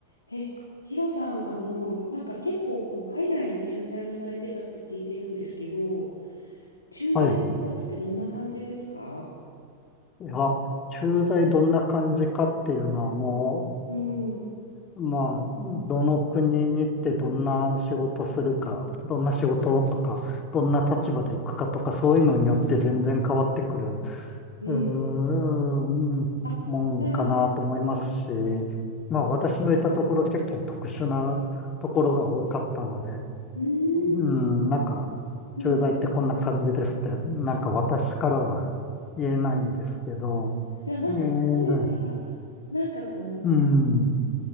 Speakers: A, on the left; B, on the left.
A: え、ヒロさん、あの、なんか結構こう海外に駐在をされてたって聞いてるんですけど、駐在生活ってどんな感じですか
B: はい。いや、駐在どんな感じかっていうのはも
A: うん。
B: う、まあ、どの国に行ってどんな仕事するか、どんな仕事とか、どんな立場で行くかとか、そういうのによって全然変わってくる、
A: えー、
B: うーん、
A: あ、
B: もんかなと思いますし、
A: じゃあ、う
B: まあ私のいたところ結構特殊なところが多かったので、
A: ーん、
B: うん、なんか、
A: うん。
B: 駐在ってこんな感じですって、なんか私からは言えないんですけど、
A: じゃあなんか例えば、
B: えー、
A: なんかこう、
B: うん、